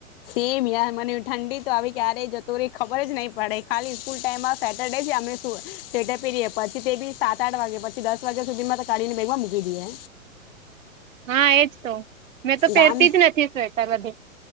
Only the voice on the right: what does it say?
<inaudible> હા એજ તો મેં તો પહેરતી
જ નથી સ્વેટર બધુ